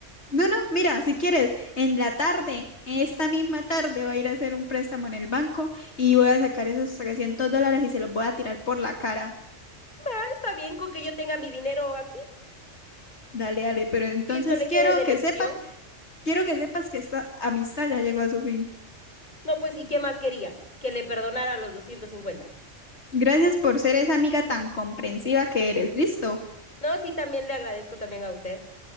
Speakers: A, on the left; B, on the left.
A: No, no, mira, si quieres, en la tarde, en esta misma tarde, voy a ir a hacer un préstamo en el banco y voy a sacar esos 300 dólares y se los voy a tirar por la cara.
B: Ah, está bien con que yo tenga mi dinero aquí.
A: Dale, dale, pero entonces
B: que eso le
A: quiero
B: quede de
A: que
B: lección.
A: sepas, quiero que sepas que esta amistad ya llegó a su fin.
B: No, pues, ¿y qué más quería? Que le perdonara los doscientos cincuenta
A: Gracias por ser esa amiga tan comprensiva que eres. ¿Listo?
B: No, sí, también le agradezco también a usted